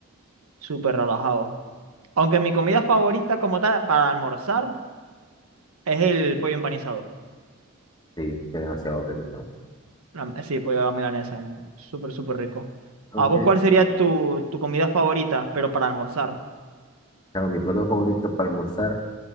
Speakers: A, on the right (about 80°); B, on the left (about 20°).
A: súper relajado. Aunque mi comida favorita como tal para almorzar es el pollo empanizado.
B: Sí, qué demasiado rico, chamo.
A: La- sí, pollo a la milanesa. mm, Súper, súper rico.
B: Aunque,
A: ¿A vos cuál sería tu, tu comida favorita, pero para almorzar?
B: chamo, mi plato favorito para almorzar